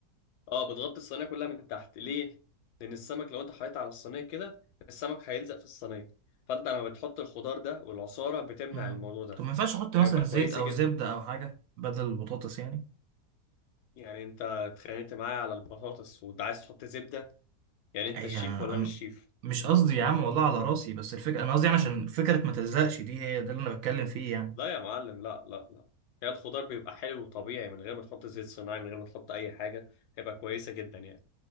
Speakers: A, on the left (about 75°); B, on the right (about 70°).
A: اه بتغطي الصينيه كلها من تحت ليه لان السمك لو انت حطيت على الصينيه كده السمك هيلزق في الصينيه فانت لما بتحط الخضار ده والعصاره بتمنع
B: امم
A: الموضوع ده
B: طب ما ينفعش احط
A: فيبقى
B: مثلا زيت
A: كويسه
B: او
A: جدا
B: زبده او حاجه بدل البطاطس يعني
A: يعني انت اتخانقت معايا على البطاطس وانت عايز تحط زبده يعني انت
B: اي
A: الشيف
B: انا
A: ولا انا الشيف
B: مش قصدي يا عم والله على راسي بس الفكره انا قصدي يعني عشان فكره ما تلزقش دي هي ده اللي انا بتكلم فيه يعني
A: لا يا معلم لا لا لا هي الخضار بيبقى حلو وطبيعي من غير ما تحط زيت صناعي من غير ما تحط اي حاجه هيبقى كويسه جدا يعني